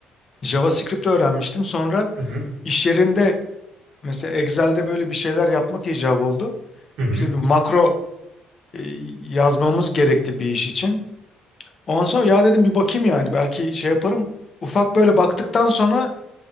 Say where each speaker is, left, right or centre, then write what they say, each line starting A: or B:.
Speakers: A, on the left; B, on the right.
A: JavaScript öğrenmiştim. Sonra
B: hı hı,
A: iş yerinde mesela Excel'de böyle bir şeyler yapmak icap oldu.
B: hı hı,
A: İşte bir makro e, yazmamız gerekti bir iş için. Ondan sonra ya dedim bir bakayım yani belki şey yaparım. Ufak böyle baktıktan sonra